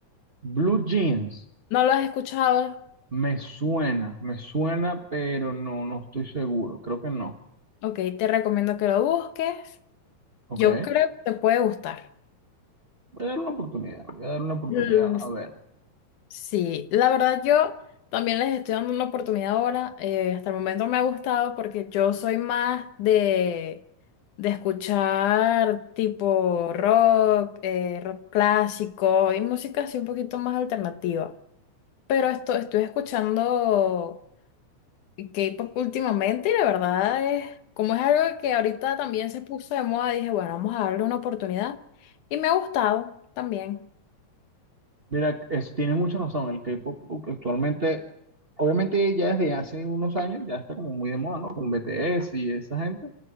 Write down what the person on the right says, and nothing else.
Blue Jeans,
me suena, me suena, pero no, no estoy seguro, creo que no,
¿ok?
Voy a dar una oportunidad, voy a dar una oportunidad,
a ver.
Mira, es, tienes mucha razón. El K-pop actualmente, obviamente ya desde hace unos años, ya está como muy de moda, ¿no? Con BTS y esa gente.